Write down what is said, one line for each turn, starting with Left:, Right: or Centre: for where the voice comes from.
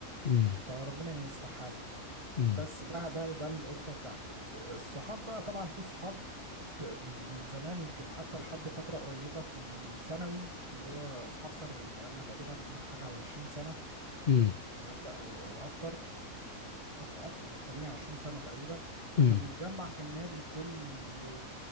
Left: امم
Right: فربنا يصلح حاله
Left: امم
Right: بس ده ده ده الأسرة بتاعتي الصحاب بقى طبعا في صحاب من من زمان يمكن حتى لحد فترة قريبة كنا من ثانوي اللي هو صحاب ثانوي بقى لنا تقريبا حاجة وعشرين سنة
Left: امم
Right: الكلام ده أو أو أكتر أكتر أكتر 28 سنة تقريبا كنا
Left: أمم.
Right: بنتجمع في النادي كل